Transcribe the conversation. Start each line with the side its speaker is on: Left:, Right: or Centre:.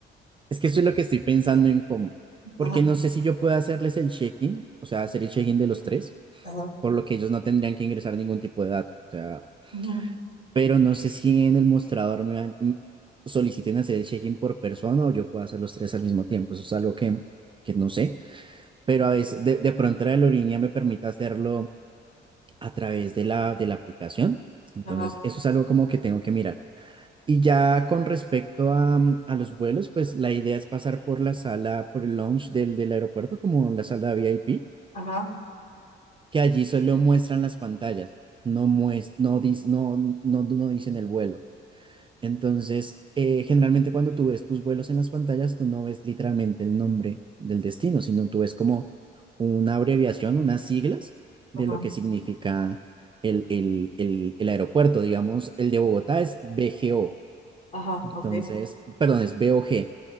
Right: es que eso es lo que estoy pensando en cómo,
Left: Ajá,
Right: porque no sé si yo puedo hacerles el check-in, o sea, hacer el check-in de los tres,
Left: ajá,
Right: por lo que ellos no tendrían que ingresar ningún tipo de dato, o sea,
Left: ujú,
Right: pero no sé si en el mostrador me van- m- soliciten hacer el check-in por persona o yo puedo hacer los tres al mismo tiempo, eso es algo que, que no sé. pero a veces de, de pronto la aerolínea me permite hacerlo a través de la, de la aplicación. Entonces,
Left: ajá,
Right: eso es algo como que tengo que mirar. Y ya con respecto a, mm, a los vuelos, pues la idea es pasar por la sala, por el lounge del, del aeropuerto, como la sala VIP,
Left: ajá,
Right: que allí solo muestran las pantallas, no, muest no, dis- no, no, no dicen el vuelo. Entonces, eh, generalmente cuando tú ves tus vuelos en las pantallas, tú no ves literalmente el nombre del destino, sino tú ves como una abreviación, unas siglas de
Left: ajá.
Right: lo que significa el, el, el, el aeropuerto. Digamos, el de Bogotá es BGO,
Left: Ajá,
Right: entonces,
Left: ok.
Right: perdón, es BOG.